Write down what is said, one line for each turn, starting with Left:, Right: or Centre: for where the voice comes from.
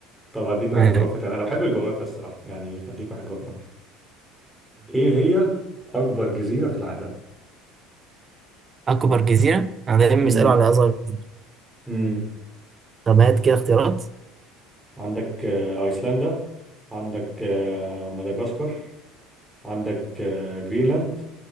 Centre: طب هديك واحد
Right: تمام.
Centre: جغرافي تاني انا بحب الجغرافيا الصراحه يعني فهديك واحد جغرافي ايه هي اكبر جزيره في العالم
Right: اكبر جزيره انا دايما
Centre: امم
Right: بيسالوا على اصغر جزيره
Centre: امم
Right: طب هات كده اختيارات
Centre: عندك آه، ايسلندا عندك آه، مدغشقر عندك آه، جرينلاند